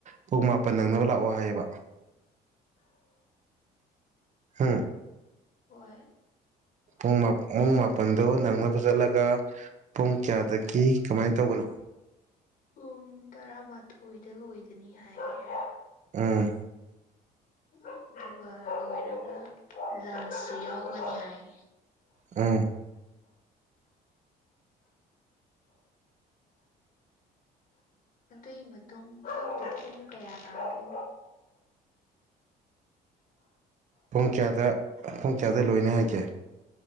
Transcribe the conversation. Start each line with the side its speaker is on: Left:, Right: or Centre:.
Right: ꯄꯨꯡ ꯃꯥꯄꯟ ꯅꯪꯅꯕ ꯂꯥꯛꯑꯣ ꯍꯥꯏꯌꯦꯕ ꯎꯝ
Left: ꯍꯣꯏ
Right: ꯨꯡ ꯄꯨꯡ ꯃꯥꯄꯜꯗꯣ ꯅꯪꯅ ꯆꯠꯂꯒ ꯄꯨꯡ ꯀꯌꯥꯗꯒꯤ ꯀꯃꯥꯏꯅ ꯇꯧꯕꯅꯣ
Left: ꯄꯨꯡ ꯇꯔꯥꯃꯥꯊꯣꯏꯗ ꯂꯣꯏꯒꯅꯤ ꯍꯥꯏꯔꯦ
Right: ꯑꯝ
Left: ꯑꯗꯨꯒ ꯂꯣꯏꯔꯒ ꯂꯝꯁꯨ ꯌꯥꯎꯒꯅꯤ ꯍꯥꯏ
Right: ꯎꯝ
Left: ꯑꯗꯨꯏ ꯃꯇꯨꯡ ꯄꯨꯡ ꯀꯌꯥ ꯇꯥꯗꯣꯏꯅꯣ
Right: ꯄꯨꯡ ꯀꯌꯥꯗ ꯄꯨꯡ ꯀꯌꯥꯗ ꯂꯣꯏꯅꯤ ꯍꯥꯏꯒꯦ